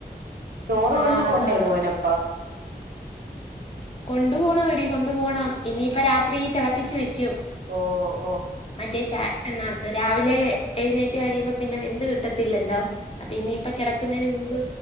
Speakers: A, on the right; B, on the left.
A: ചോറ്
B: ആഹ്
A: കൊണ്ട് പോണ്ടേ
B: അതാ
A: മോനും
B: കൊണ്ടു പോണമെടി കൊണ്ടു പോണം ഇനിയിപ്പ രാത്രി തെളപ്പിച്ചു വെക്കും
A: ഓഹ് ഓ
B: മറ്റേ ചാക്സൺനാത്ത് രാവിലെ എഴുന്നേറ്റ് കഴിയുമ്പോ പിന്നെ വെന്ത് കിട്ടത്തില്ലല്ലോ ല്ലോ അപ്പൊ ഇനിയിപ്പ കെടക്കുന്നതിന് മുമ്പ്